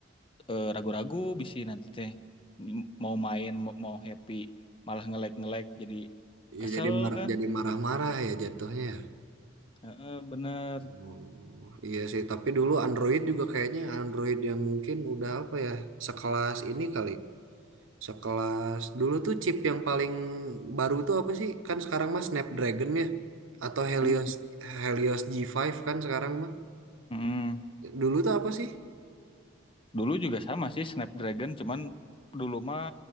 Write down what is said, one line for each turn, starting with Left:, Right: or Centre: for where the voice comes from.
Left: eh, ragu-ragu bisa nanti teh mau main mau, mau happy malah ngelek-ngelek jadi
Right: Ya
Left: kesel
Right: jadi marah,
Left: kan
Right: jadi marah-marah ya jatuhnya. ya.
Left: Heeh, bener
Right: Oh, iya sih, tapi dulu Android juga kayaknya Android yang mungkin udah apa ya, sekelas ini kali. Sekelas dulu tuh chip yang paling baru tuh apa sih? Kan sekarang mah Snapdragon ya atau Helios
Left: Mm,
Right: Helios G5 kan sekarang mah.
Left: mm.
Right: Dulu tuh apa sih?
Left: dulu juga sama sih Snapdragon cuman dulu mah